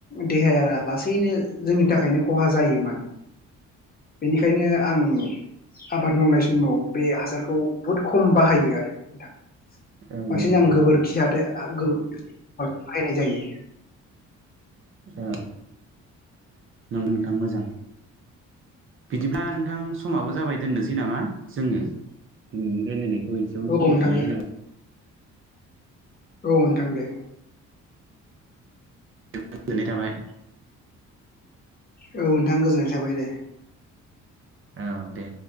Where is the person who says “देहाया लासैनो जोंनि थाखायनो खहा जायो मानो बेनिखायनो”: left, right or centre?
Left